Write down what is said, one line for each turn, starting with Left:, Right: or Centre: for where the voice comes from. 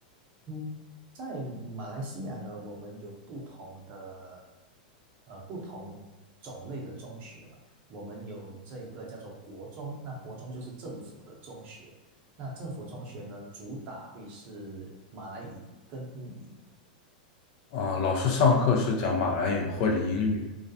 Right: 嗯，在马来西亚呢，我们有不同的呃不同种类的中学嘛。我们有这个叫做国中，那国中就是政府的中学。那政府中学呢，主打会是马来语跟英语。
Left: 啊、老师上课是讲马来语或者英语。